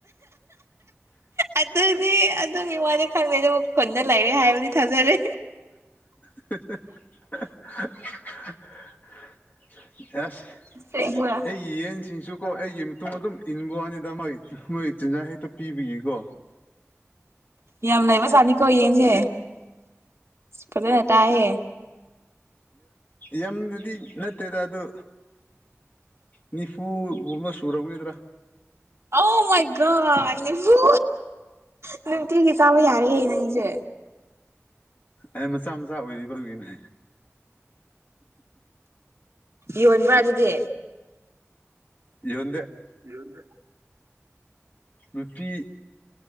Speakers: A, on the right; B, on the left.
A: ꯑꯗꯨꯗꯤ ꯑꯗꯨꯒꯤ ꯋꯥꯅꯤ ꯈꯪꯗꯩꯅꯦꯕꯨ ꯍꯨꯟꯗ ꯂꯩꯔꯦ ꯍꯥꯏꯕꯗꯤ ꯊꯥꯖꯔꯦ
B: <inaudible> ꯑꯁ
A: ꯁꯤꯉ
B: ꯑꯩꯒꯤ ꯌꯦꯟꯁꯤꯡꯁꯨ ꯀꯣ ꯑꯩꯒꯤ ꯃꯇꯨꯡꯨꯡ ꯑꯗꯨꯝ ꯏꯟꯕ ꯋꯥꯅꯤꯗ ꯃꯣꯏ ꯃꯣꯏ ꯆꯤꯟꯖꯥꯛ ꯍꯦꯛꯇ ꯄꯤꯕꯒꯤꯀꯣ
A: ꯌꯥꯝ ꯂꯩꯕ ꯆꯥꯠꯅꯤꯀꯣ ꯌꯦꯟꯁꯦ ꯐꯖꯅ ꯇꯥꯏꯌꯦ
B: ꯌꯗꯗꯤ ꯅꯠꯇꯦꯗ ꯑꯗꯣ ꯅꯤꯄꯨ ꯎꯔꯃ ꯁ꯭ꯔꯗ꯭ꯔꯥ
A: ꯑꯧ ꯃꯥꯏꯒ ꯅꯤꯍꯨ ꯅꯨꯡꯇꯤꯒꯤ ꯆꯥꯕ ꯌꯥꯔꯦꯍꯦ ꯅꯪꯁꯦ
B: ꯑꯩ ꯃꯆꯥ ꯃꯆꯥ ꯑꯣꯏꯔꯤꯕ ꯐꯒꯤꯅꯦ
A: ꯌꯣꯟꯕ꯭ꯔꯥ ꯑꯗꯨꯗꯤ
B: ꯌꯣꯟꯗꯦ
A: ꯌꯣꯟꯗ
B: ꯅꯨꯄꯤ